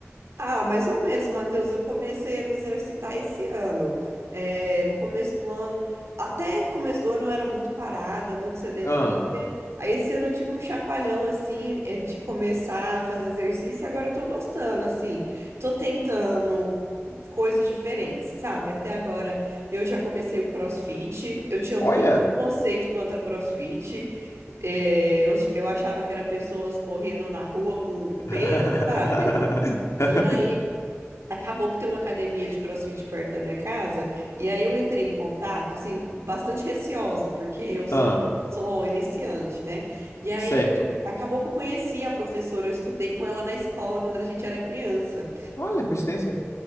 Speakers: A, on the right (about 70°); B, on the left (about 80°).
A: Ah, mais ou menos, Matheus. Eu comecei a me exercitar esse ano. É, no começo do ano, até começo do ano eu era muito parada, muito sedentária.
B: Ah,
A: Aí esse ano eu tive um chacoalhão assim, é, de começar a fazer exercício e agora eu tô gostando, assim. Tô tentando coisas diferentes, sabe? Até agora eu já comecei o CrossFit, eu tinha
B: olha.
A: muito preconceito contra CrossFit, eh, eu, eu achava que era pessoas correndo na rua com
B: <laughs>
A: peso, sabe? E aí acabou que tem uma academia de CrossFit perto da minha casa, e aí eu entrei em contato, assim, bastante receosa, porque eu sou,
B: Ah,
A: sou iniciante, né? E aí.
B: certo.
A: Acabou que eu conheci a professora, eu estudei com ela na escola quando a gente era criança.
B: Olha, coincidência.